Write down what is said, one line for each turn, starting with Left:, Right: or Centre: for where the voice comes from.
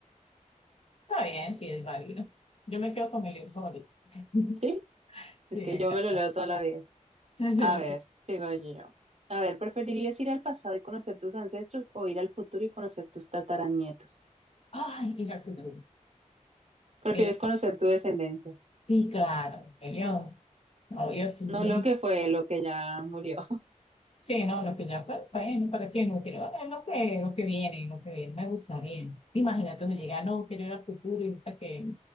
Left: Está bien, sí es válido. Yo me quedo con mi libro favorito. <laughs>
Right: ¿Sí? Es
Left: Sí,
Right: que
Left: me encanta.
Right: yo me lo leo toda la vida.
Left: <laughs> Yo
Right: A
Left: lo
Right: ver,
Left: tengo.
Right: sigo yo. A ver, ¿preferirías ir al pasado y conocer tus ancestros o ir al futuro y conocer tus tataranietos?
Left: Ay, y la cultura.
Right: ¿Prefieres
Left: Pero-
Right: conocer tu descendencia?
Left: Sí, claro, obvio, obvio, sí.
Right: No lo que fue, lo que ya murió.
Left: Sí, no, lo que ya fue, bueno, ¿para qué no quiero? Bueno, lo que, lo que viene, lo que viene, me gusta bien. Imagínate donde llega, no, quiero ir al futuro y ahorita que